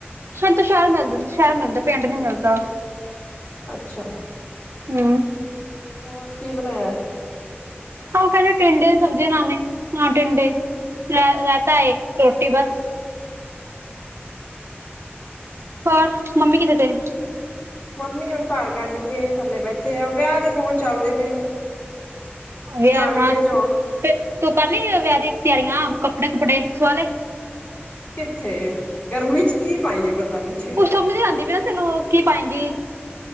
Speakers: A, on the right; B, on the left.
A: ਸ਼ਤ-ਸ਼ਹਿਰ ਮਿਲ
B: ਹਾਂ
A: ਜਾਂ ਸ਼ਹਿਰ ਮਿਲਦਾ, ਪਿੰਡ ਨੀ ਮਿਲਦਾ।
B: ਅੱਛਾ।
A: ਹੂੰ।
B: ਹੋਰ ਕੀ ਬਣਾਇਆ?
A: ਆ ਕਹਿੰਦੇ ਟਿੰਡੇ ਦੀ ਸਬਜ਼ੀ ਲਾਂਦੇ ਹਾਂ, ਟੀਂਡੇ, ਰਾਇਤਾ ਏ, ਰੋਟੀ ਬਸ।
B: ਅੱਛਾ
A: ਹ ਮੰਮੀ ਕਿਤੇੇ ਤੇ
B: ਮੰਮੀ ਹੁਣ ਧਾਰ ਕੱਢ ਕੇ ਥੱਲੇ ਬੈਠੇ ਆ ਵਿਆਹ ਦੇ ਫੋਨ ਚੱਲਦੇ ਪਏ ਨੇ
A: ਯਦ
B: ਨਾਨਕੇ
A: ਹਾਂ
B: ਜੋ
A: ਫ
B: ਆ
A: ਤੂੰ ਕਰੀ ਵਿਆਹ ਦੀ ਤਿਆਰੀਆਂ ਕੱਪੜੇ ਕੁੱਪੜੇ ਸਵਾਲੇ
B: ਕਿੱਥੇ ਗਰਮੀ ਚ ਕੀ ਪਾਈਏ ਬੰਦਾ ਪੁੱਛੇ।
A: ਤੂੰ ਸਮਝ ਆਉਂਦੀ ਪ ਨਾ ਤੈਨੂੰ ਕੀ ਪਾਏਗੀ